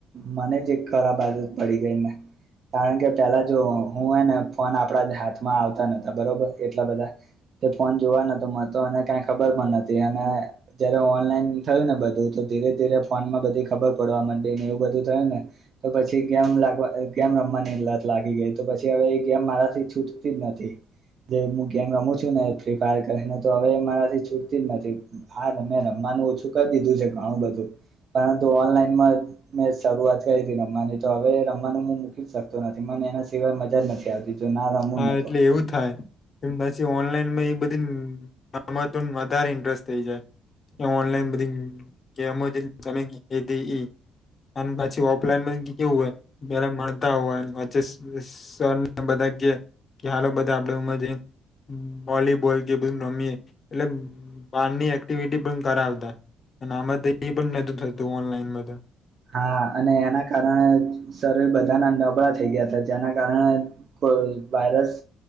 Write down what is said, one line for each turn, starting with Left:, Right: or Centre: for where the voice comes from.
Right: મને જ એક ખરાબ આદત પડી ગઈને કારણ કે, પેલા જો હું હ ને ફોન આપણા હાથમાં આવતા નોતા બરોબર એટલા બધા તે ફોન જોવા નતો મળતો અને કઈ ખબર પણ નથી અને જયારે ઓનલાઈન થયું ને બધું તો ધીરે ધીરે ફોન માં બધી ખબર પડવા માંડી ને એવું બધું થયું ને, તો પછી ગેમ લાગવા ગેમ રમવાની લત લાગી ગઈ તો પછી હવે એ ગેમ મારાથી છૂટતી જ નથી. જે હું ગેમ રમું છું ને ફ્રી ફાયર કરીને તો હવે મારાથી છૂટતી જ નથી હા ને મે રમાનું ઓછું કરી દીધું છે ઘણું બધું, પરંતુ ઓનલાઈનમાં મેં શરૂઆત કરી હતી રમવાની તો હવે રમવાનું હું મૂકી જ શકતો નથી મને એના સિવાય મજા નથી આવતી જો ના રમું
Left: હા
Right: ને
Left: એટલે
Right: તો
Left: એવું થાય એમ પછી ઓનલાઈનમાં એ બધી બાબતો વધારે ઇન્ટરેસ્ટ થઈ જાય ઓનલાઈન બધી ગેમો તને કિધીં એ અને પછી ઓફલાઈન કેવું હોય મળતા હોય વે સરને બધા કે કે હાલો બધા આપડે ઉમા જઈ વોલીબોલ કે બધું રમીએ એટલે બારની એક્ટિવિટી પણ કરાવતા અને આમાં એપણ નહોતુ થતુ ઓનલાઈનમાં તો
Right: હા અને એના કારણે શરીર બધાના નબળા થઈ ગયા હતા જેના કારણે વાયરસ